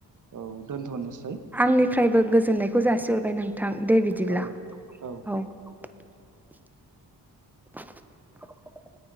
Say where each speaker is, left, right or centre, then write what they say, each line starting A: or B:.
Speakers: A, on the right; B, in the centre.
A: औव दोनथ'नोसै।
B: आंनिफ्रायबो गोजोननायखौ जासिहरबाय नोंथां दे बिदिब्ला
A: औ औ
B: औव। <unintelligible>